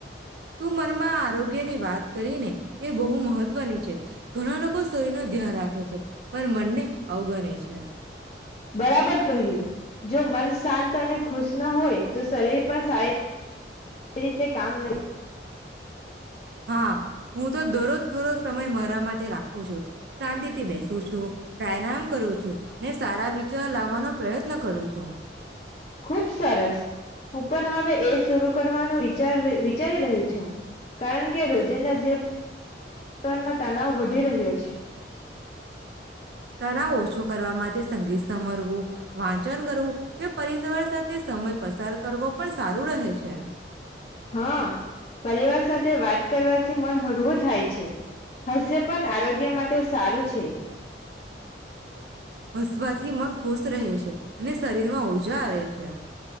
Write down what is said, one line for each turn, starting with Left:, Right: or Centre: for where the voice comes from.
Right: તું મનમાં આરોગ્યની વાત કરીને એ બહુ મહત્વની છે, ઘણા લોકો શરીર <unintelligible> રાખે છે. પણ મનને અવગણે છે. અચ્છા.
Left: બરાબર કહ્યું જો મન શાંત અને ખુશ ન હોય તો શરીર પણ સારી રીતે કામ નહી
Right: હા. હું તો દરરોજ થોરોજ સમય મારા માટે રાખુ છું. શાંતિ થી બેસું છું, પ્રયનામ કરું છું ને સારા વિચાર લાવવાનો પ્રયત્ન કરું છું.
Left: ખુબ સરસ હું પણ હવે એ શરૂ કરવાનું વિચાર વિચારી રહી છું કારણ કે રોજિંદા જ જવનમાં તનાવ વધી રહ્યો છે.
Right: તનાવ ઓછો કરવા માટે <unintelligible> સમરવું વાંચન કરવું કે પરિસવાર સાથે સમય પસાર કરવો પણ સારું રહે છે
Left: હા પરિવાર સાથે વાત કરવાથી મન હળવું થાય છે, હાસ્ય પણ આરોગ્ય માટે સારું છે.
Right: હસવાથી મન ખુશ રહે છે, અને શરીર માં ઊર્જા <unintelligible> છે.